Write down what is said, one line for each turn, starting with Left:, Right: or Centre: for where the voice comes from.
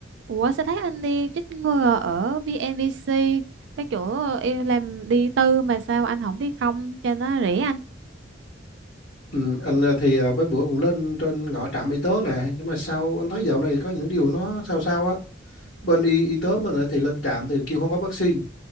Right: Ủa sao thấy anh đi chích ngừa ở VNVC cái chỗ em làm đi tư mà sao anh không đi công cho nó rẻ anh
Left: Ừ, anh ờ, thì ờ, mấy bữa cũng lên trên ngõ trạm y tế này nhưng mà sao anh thấy dạo này có những điều nó sao sao á bên y, y tế mình lại thì lên trạm thì kêu không có vaccine